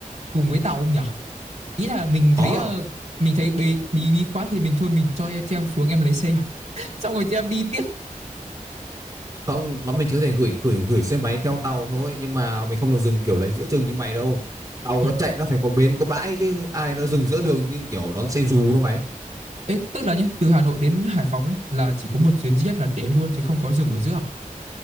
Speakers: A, on the right; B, on the right.
A: cùng với tàu không nhở ý là mình
B: có
A: thấy ờ, mình thấy bí bí bí quá thì mình thôi mình cho em- chị em xuống em lấy xe <laughs> xong rồi chị em đi tiếp
B: không nó mình chỉ có thể gửi gửi gửi xe máy theo tàu thôi nhưng mà mình không được dừng kiểu lấy giữa chừng như mày đâu tàu
A: ừ.
B: nó chạy nó phải có bến có bãi chứ ai nó dừng giữa đường như kiểu đón xe dù đâu mày
A: Ê, tức là nhé từ Hà Nội đến Hải Phòng ấy là chỉ có một chuyến duy nhất là đến luôn chứ không có dừng ở giữa à?